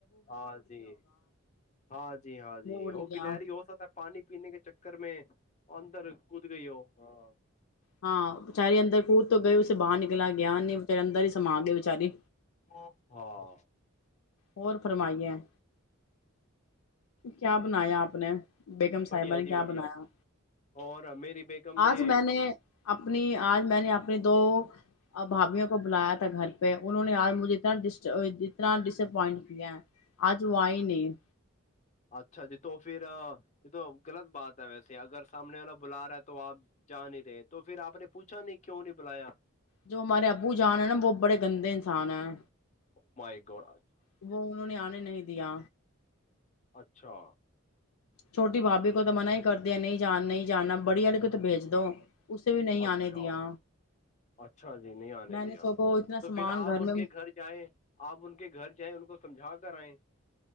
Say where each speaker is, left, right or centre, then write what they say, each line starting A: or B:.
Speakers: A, on the left; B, on the left.
A: ہاں جی ہاں جی ہاں جی
B: اڑ
A: وہ
B: گیا
A: گلری ہو ستا پانی پینے کے چکر میں اندر کود گئی ہو ہاں
B: ہاں بچاری اندر کود تو گئے اسے باہر نکلا گیا نہیں بچارے اندر ہی سما گئے بیچاری
A: ہاں
B: اور فرمائی ہے کیا بنایا اپپ نے بیگم صاحبہ
A: بڑھیا
B: نے
A: جی
B: کیا
A: بڑھیا
B: بنایا
A: اور میری بییکم
B: آج
A: نے
B: میں اپنی آج میں نے اپنی دو بھابھیوں کو بلایا تھا گھر پہ انہوں نے آج مجھے اتنا ڈسٹ اتنا ڈسپوائنٹ کیا آج وائی نہیں
A: اچھا جی تو پھر یہ تو غلط بات ہے ویسے اگر سامنے والا بلا رہا ہے تو آپ جا نہیں رہے تو پھر آپ نے پوچھا نہیں کیوں نہیں بلایا
B: جو ہمارے ابو جان ہے نا وہ بڑے گندے انسان ہیں
A: مائی گوڑ
B: وہ انہوں نے آنے نہیں دیا
A: اچھا
B: چھوٹی بھابھی کو تو منع ہی کر د ہے نہیں جان نہیں جاننا بڑی والے کو تو بھیج دو اسے بھی نہیں
A: اچھا
B: آنے دیا
A: اچھا جی نہیں آنے
B: میں نے
A: دیا
B: سب کو اتنا
A: تو
B: سامان
A: پھر آپ ان
B: میں
A: کے گھر جائیں آپ ان کے گھر جائیں ان کو سمجھا کر کرا ہے